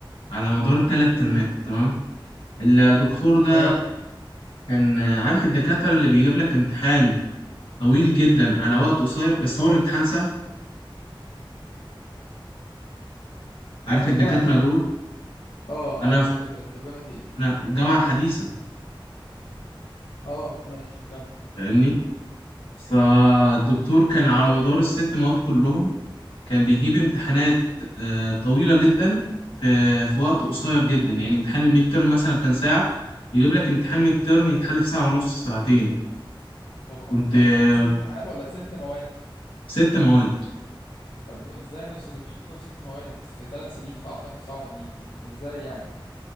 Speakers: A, on the left; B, on the left.
A: على مدار الثلاث ترمات
B: امم
A: تمام الدكتور ده
B: اه
A: كان آه، عارف الدكاترة اللي بيجيب لك امتحان طويل جدا على وقت قصير بس هو الامتحان سهل عارف
B: وانت
A: الدكاترة
B: في جامعة ايه؟
A: دول
B: اه
A: انا
B: عارف
A: في
B: الدكاترة دي انت في جامعة ايه؟
A: انا في الجامعة الحديثة
B: اه ماشي كمل
A: فاهمني فالدكتور
B: مم.
A: كان على مدار الست مواد كلهم كان بيجيب امتحانات آه، طويلة جدا في في وقت قصير جدا يعني امتحان الميد تيرم مثلا كان ساعة يجيب لك امتحان ميد تيرم يتحل في ساعة ونص ساعتين
B: طب وانت
A: كنت آه،
B: بتقول في ست امتحانات ولا ست مواد
A: ست مواد
B: طب ازاي نفس الدكتور ست مواد في ثلاث سنين فاعتقد صعبه دي ازاي يعني